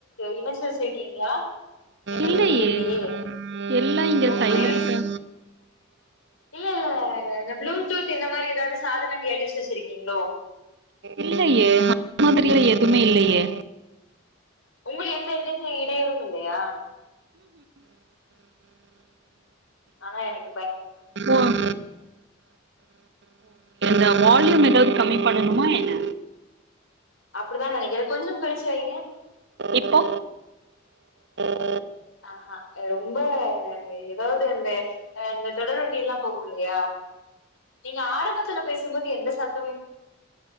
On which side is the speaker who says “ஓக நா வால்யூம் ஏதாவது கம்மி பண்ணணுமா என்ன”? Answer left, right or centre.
Right